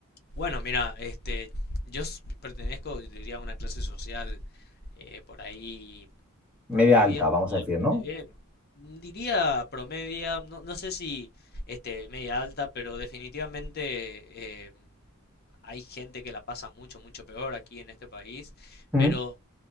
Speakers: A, on the left; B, in the centre.
A: bueno, mira, este, yo s- pertenezco, yo diría, a una clase social eh, por ahí promedia.
B: Media alta, vamos a decir, ¿no?
A: Eh, diría promedia, no, no sé si este, media alta, pero definitivamente eh, hay gente que la pasa mucho, mucho peor aquí en este país.
B: ¿Mm?
A: Pero